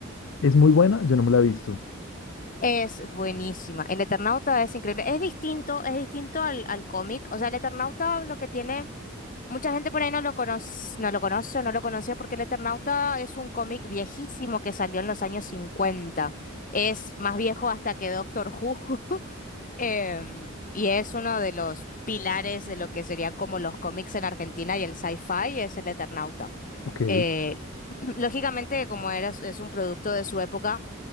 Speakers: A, on the left; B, on the left.
A: ¿Es muy buena? Yo no me la he visto.
B: Es buenísima. El Eternauta es increíble. Es distinto, es distinto al, al cómic. O sea, el Eternauta lo que tiene, mucha gente por ahí no lo conoce, no lo conoce o no lo conocía porque el Eternauta es un cómic viejísimo que salió en los años cincuenta Es más viejo hasta que Doctor Who. <laughs> Em, y es uno de los pilares de lo que serían como los cómics en Argentina y el sci-fi es el Eternauta.
A: Ok.
B: Eh, <clears throat> lógicamente, como era, es un producto de su época